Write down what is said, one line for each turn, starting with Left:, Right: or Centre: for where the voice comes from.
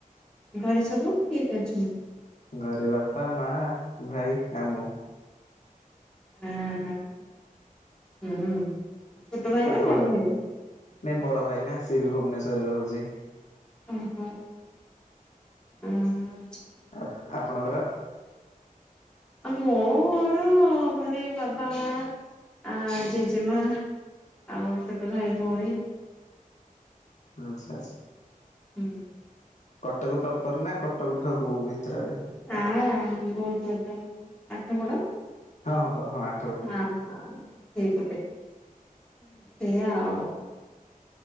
Centre: ଘରେ ସବୁ କିଏ କିଏ ଅଛନ୍ତି?
Left: ଘରେ ବାପା, ମା, ଭାଇ ଆଉ ମୁଁ।
Centre: <unintelligible> ହୁଁ ଛୋଟ ଭାଇ
Left: ଆପଣ
Centre: ନା ବଡ ଭାଇ?
Left: ନାଇଁ ବଡ ଭାଇ ନା, ସିଏ ବି ଭୁବନେଶ୍ୱରରେ ରହୁଚି।
Centre: ଓହୋ ହୁଁ <unintelligible>
Left: ଆଉ ଆପଣଙ୍କର?
Centre: ଆଉ ମୋର ଘରେ ବାବା, ମା ଆ ଜେଜେମା ଆଉ ଛୋଟ ଭାଇ ଭଉଣୀ
Left: ଆଚ୍ଛା-ଆଚ୍ଛା।
Centre: ହୁଁ।
Left: କଟକ ପ୍ରପର୍ ନା କଟକ ଠୁ <unintelligible> ଭିତରେ ଆଡେ?
Centre: <unintelligible> ବହୁତ୍ ବାଟ ଆଠଗଡ
Left: ହଁ-ହଁ କ ହଁ ଆ
Centre: ହଁ-ହଁ ସେଇପଟେ ସେୟା ଆଉ।